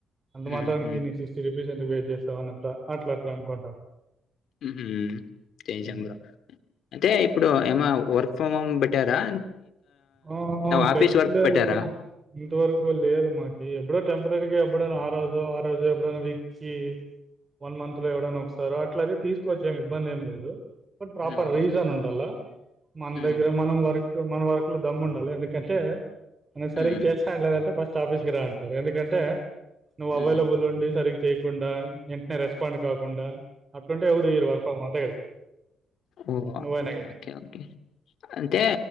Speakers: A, on the right; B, on the left.
A: అంత
B: హుహు.
A: మాత్రానికి నీ సిక్స్టీరూపీస్ ఎందుకు చేసావనట్ల అట్ల అట్ల అనుకుంటాము.
B: ఉహ్ తేజంగా
A: హ్మ్.
B: అంటే ఇప్పుడు ఏమ వర్క్ ఫో బట్ ట్టారా
A: ఆ!
B: ఆఫీస్
A: పెట్టలేదు
B: వర్క్ పెట్టారా?
A: బ్రో. ఇంతవరకు లేదు మాకి ఎప్పుడో టెంపరరీగా ఎప్పుడైనా ఆ రోజు ఆ రోజు ఎప్పుడైనా విచ్చి వన్ మంత్ లో ఎవడైనా ఒకసారో అట్లయితే తీసుకోవచ్చు. ఏం ఇబ్బంది ఏం లేదు. బట్ ప్రాపర్
B: హుహు.
A: రీజన్ ఉండాలా మన
B: హ్మ్.
A: దగ్గర మనం వర్క్ మన వ దమ్ము ఉండాలె ఎందుకంటే? <inaudible>
B: హ్మ్.
A: ఆఫీస్కి రా అంటారు ఎందుకంటే? నువ్వు
B: హ్మ్.
A: అవైలబుల్ ఉండి సరిగ్ చేయకుండా ఏంట్నే రెస్పాండ్ కాకుండా అట్లుంటే ఎవరు ఇయ్యరు వర్క్ ఫ్రమ్ హోమ్ అంతే కదా
B: ఓ
A: నువ్వైనా
B: ఓకే ఓకే అంటే